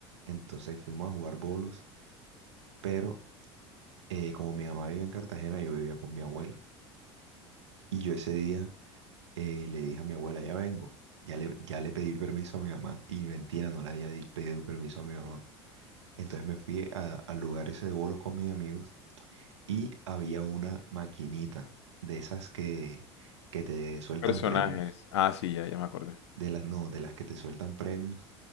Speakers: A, on the right; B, on the left.
A: Entonces fuimos a jugar bolos, pero eh, como mi mamá vive en Cartagena, yo vivía con mi abuela. Y yo ese día eh, le dije a mi abuela, ya vengo, ya le, ya le pedí permiso a mi mamá. Y mentira, no le había di- pedido permiso a mi mamá. Entonces me fui a- al lugar ese de bolos con mis amigos y había una maquinita de esas que, que te sueltan
B: Personajes.
A: premios.
B: Ah, sí, ya, ya me acordé.
A: de las, no, de las que te sueltan premios,